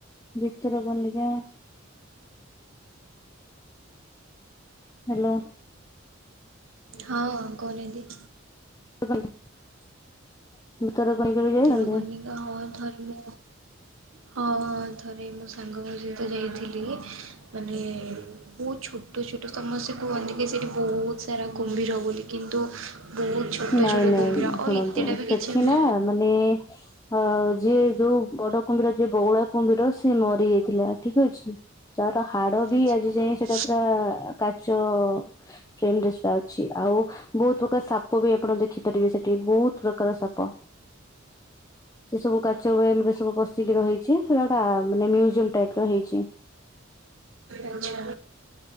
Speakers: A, on the left; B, on the right.
A: ଭିତରକନିକା। ହାଲୋ।
B: ହଁ କହୁନାହାନ୍ତି।
A: <inaudible> ଭିତରକନିକା
B: ଭିତରକନି
A: ବି ଯାଇଛନ୍ତି?
B: ତ ହଁ ଥରେ ମୁଁ ହଁ -ହଁ ଥରେ ମୋ ସାଙ୍ଗଙ୍କ ସହିତ ଯାଇଥିଲି ଥିଲି ମାନେ ବହୁତ୍ ଛୋଟ ଛୋଟ ସମସ୍ତେ କୁହନ୍ତି କି ସେଇଠି ବହୁତ୍ ସାରା କୁମ୍ଭୀର ବୋଲି କିନ୍ତୁ ବହୁତ୍ ଛୋଟ
A: ନାଇଁ
B: ଛୋଟ
A: ନାଇଁ
B: କୁମ୍ଭୀର ଆଉ
A: ଶୁଣନ୍ତୁ
B: ଏତେଟା ବି କିଛି ବି
A: ମାନେ ଆଉ ଯିଏ ଯଉ ବଡ କୁମ୍ଭୀର ଯିଏ ବଉଳା କୁମ୍ଭୀର ସିଏ ମରି ଯାଇଥିଲା ଠିକ୍ ଅଛି। ତାର ହାଡ ବି
B: ଆଚ୍ଛା
A: ଆଜି ଯାଏ ସେଟା ପୁରା କାଚ <unintelligible> ଅଛି ଆଉ ବହୁତ୍ ପ୍ରକାର ସାପ ବି ଆପଣ ଦେଖିପାରିବେ ସେଠି ବହୁତ ପ୍ରକାର ସାପ୍ ତ ସେସବୁ କାଚ୍ ସବୁ ଏମ୍ ରେ ସବୁ ପସିକି ରହିଚି ସେଇଟା ଗୋଟା ଆ-ମାନେ ମ୍ୟୁଜିୟମ୍ ଟାଇପ୍ ର ହେଇଚି।
B: ଆଛା